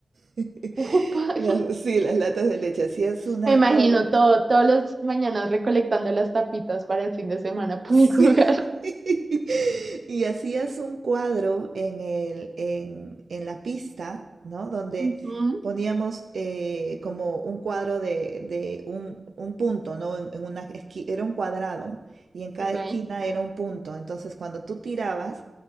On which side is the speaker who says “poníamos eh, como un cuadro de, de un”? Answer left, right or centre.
Right